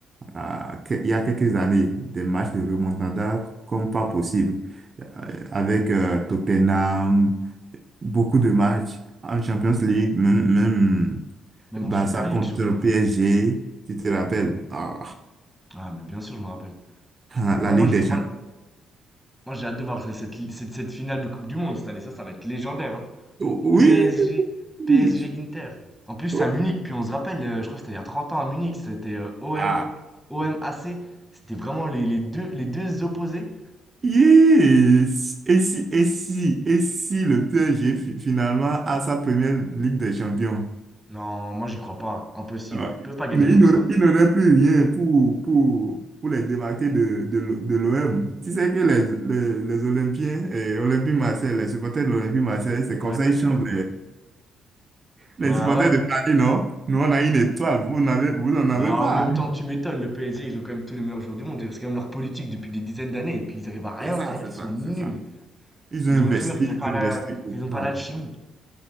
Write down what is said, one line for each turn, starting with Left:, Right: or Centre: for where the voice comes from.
Right: à que- il y a quelques années, des matchs de remontada comme pas possible, Euh, avec euh, Tottenham, beaucoup de matchs en Champions League, même,
Centre: Même
Right: Barça
Centre: en Super League,
Right: contre
Centre: surtout.
Right: PSG, tu te rappelles? Ah,
Centre: Ah, mais bien sûr, je me rappelle.
Right: ah, la
Centre: Moi,
Right: Ligue
Centre: moi, je-
Right: des Champions.
Centre: moi, moi, j'ai hâte de voir cette, cette, cette- cette finale de Coupe du Monde cette année. Ça, ça va être légendaire. hein.
Right: Oui,
Centre: PSG,
Right: oui,
Centre: PSG
Right: oui.
Centre: Inter. En plus, c'est
Right: oui.
Centre: à
Right: oui.
Centre: Munich. Puis on se rappelle, euh, je crois que c'était il y a 30 ans à Munich. C'était euh, OM,
Right: Ah,
Centre: OMAC. C'était vraiment les, les deux, les deux opposés.
Right: yes. Et si, et si, et si le PSG fi- finalement a sa première Ligue des Champions?
Centre: Non, moi j'y crois pas. Impossible.
Right: Ah,
Centre: Ils peuvent pas gagner
Right: mais
Centre: comme
Right: il n'aurait
Centre: ça.
Right: il n'aurait plus rien pour, pour, pour les débarquer de, de, l'O- de l'OM. Tu sais que les, les, les Olympiens, et Olympique Marseille, les supporters de l'Olympique Marseille, c'est comme
Centre: Ouais.
Right: ça ils chantent Les
Centre: Bah
Right: supporters
Centre: ouais.
Right: de Paris, non? Nous, on a une étoile, vous n'avez, vous n'en avez
Centre: Bah
Right: pas.
Centre: en même temps, tu m'étonnes, le PSG, ils ont quand même tous les meilleurs joueurs du monde. C'est quand même leur politique depuis des dizaines d'années. Et puis ils arrivent à rien
Right: C'est ça,
Centre: faire.
Right: c'est
Centre: Ils sont
Right: ça,
Centre: nuls.
Right: c'est ça. Ils
Centre: Ils
Right: ont investi,
Centre: ont les joueurs, ils
Right: ils
Centre: ont pas la...
Right: ont investi pour
Centre: ils ont pas
Right: ça.
Centre: l'alchimie.